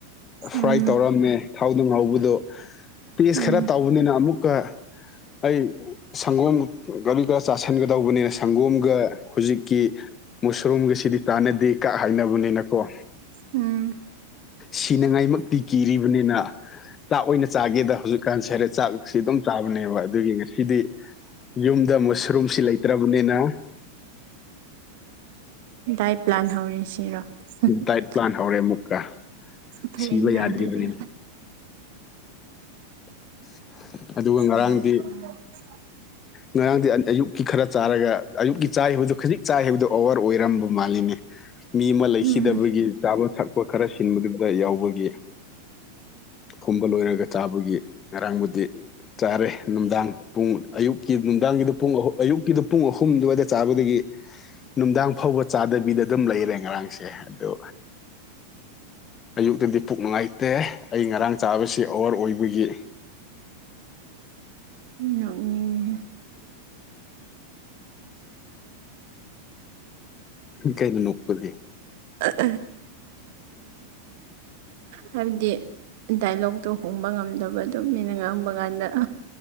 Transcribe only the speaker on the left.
ꯐ꯭ꯔꯥꯏ
ꯇꯧꯔꯝꯃꯦ꯫ ꯊꯥꯎꯗꯣ ꯉꯧꯕꯗꯣ ꯇꯦꯁ
ꯈꯔ ꯇꯧꯕꯅꯤꯅ ꯑꯃꯨꯛ ꯀ ꯑꯩ ꯁꯪꯒꯣꯝ ꯒꯔꯤ ꯀ ꯆꯥꯥꯁꯟꯒꯗꯧꯕꯅꯤꯅ ꯁꯪꯒꯣꯝꯒ ꯍꯨꯖꯤꯛꯀꯤ ꯃꯨꯁꯔꯨꯝꯒ ꯁꯤꯗꯤ ꯆꯥꯟꯅꯗꯦ ꯀ ꯍꯥꯏꯅꯕꯅꯤꯅꯀꯣ
ꯁꯤꯅꯉꯥꯏꯃꯛꯇꯤ ꯀꯤꯔꯤꯕꯅꯤꯅ ꯆꯥꯛ ꯑꯣꯏꯅ ꯆꯥꯒꯦꯗ ꯍꯧꯖꯤꯛ ꯀꯥꯟ ꯁꯦꯔꯦ ꯆꯥꯛꯁꯤ ꯑꯗꯨꯝ ꯆꯥꯕꯅꯦꯕ ꯑꯗꯨꯒꯤ ꯉꯁꯤꯗꯤ ꯌꯨꯝꯗ ꯃꯁꯔꯨꯝꯁꯤ ꯂꯩꯇ꯭ꯔꯕꯅꯤꯅ
ꯗꯥꯏꯠ ꯄ꯭ꯂꯥꯟ ꯍꯧꯔꯦ ꯑꯃꯨꯛꯀ
ꯁꯤꯕ
ꯌꯥꯗ꯭ꯔꯤꯕꯅꯤꯅ
<unintelligible>
ꯉꯔꯥꯡꯗꯤ ꯉꯔꯥꯡꯗꯤ ꯑꯟ ꯑꯌꯨꯛꯀꯤ ꯈꯔ ꯆꯥꯔꯒ ꯑꯌꯨꯛꯀꯤ ꯆꯥꯏꯕꯗꯨꯣ ꯈꯖꯤꯛ ꯆꯥꯏ ꯍꯥꯏꯕꯗꯨꯣ ꯑꯋꯥꯔ ꯑꯣꯏꯔꯝꯕ ꯃꯥꯜꯂꯤꯅꯦ ꯃꯤ ꯑꯃ ꯂꯩꯈꯤꯗꯕꯒꯤ
ꯆꯥꯕ ꯊꯛ ꯑꯩꯈꯣꯏ ꯈꯔ ꯁꯤꯟꯕꯗꯨꯗ ꯌꯥꯎꯕꯒꯤ꯫ ꯈꯨꯝꯕ ꯂꯣꯏꯔꯒ ꯆꯥꯕꯒꯤ ꯉꯔꯥꯡꯕꯨꯗꯤ ꯆꯥꯔꯦ ꯅꯨꯡꯗꯥꯡ ꯄꯨꯡ ꯑꯌꯨꯛꯀꯤ ꯅꯨꯡꯗꯥꯡꯒꯤꯗ ꯄꯨꯡ ꯑ ꯑꯌꯨꯛꯀꯤꯗ ꯄꯨꯡ ꯑꯍꯨꯝ ꯑꯗꯨꯋꯥꯏꯗ ꯆꯥꯕꯗꯒꯤ ꯅꯨꯡꯗꯥꯡ ꯐꯥꯎꯕ ꯆꯥꯗꯕꯤꯗ ꯑꯗꯨꯝ ꯂꯩꯔꯦ ꯉꯔꯥꯡꯁꯦ ꯑꯗꯣ ꯑꯌꯨꯛꯇꯗꯤ ꯄꯨꯛ ꯅꯨꯡꯉꯥꯏꯇꯦ ꯑꯩ ꯉꯔꯥꯡ ꯆꯥꯕꯁꯤ ꯑꯋꯥꯔ ꯑꯣꯏꯕꯒꯤ
ꯀꯩꯩꯅ ꯅꯣꯛꯄꯗꯤ